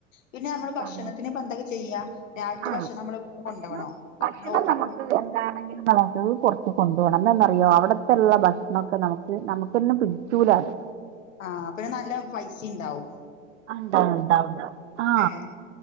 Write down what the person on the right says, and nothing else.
അപ്പൊ
അങ്ങനെ
ആ
ഭക്ഷണം
ഭക്ഷണം
നമുക്ക് എന്താണെങ്കിലും നമുക്ക്ത് കൊറ കൊണ്ടു പോണം എന്നന്നറിയോ അവിടത്തെുള്ള ഭക്ഷണംമൊക്കെ നമുക്ക് നമുക്കന്നും പിടിച്ചൂല അത്
ആഹ് ഉണ്ടാ ഉണ്ടവും ആ